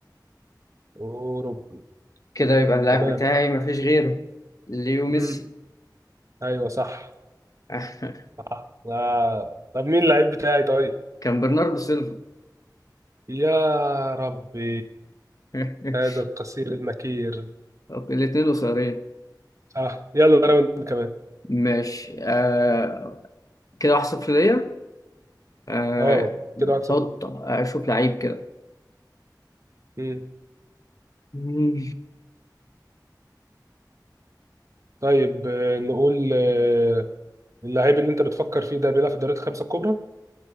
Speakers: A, on the right; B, on the left.
A: اوروبي
B: كده يبقى اللاعب
A: تمام
B: بتاعي مفيش غيره ليو ميسي
A: مم. ايوه صح
B: <laughs>
A: صح آه. طب مين اللعيب بتاعي طيب
B: كان برناردو سيلفا
A: يا ربي
B: <laughs>
A: هذا القصير المكير
B: طب الاتنين قصيرين
A: اه يلا راوند كمان
B: ماشي آه كده واحد صفر ليا آه
A: اه كده واحد صفر
B: حط اشوف لعيب كده
A: امم
B: مم.
A: طيب آه، نقول آه، اللعيب اللي انت بتفكر فيه ده بيلعب في الدوريات الخمسه الكبرى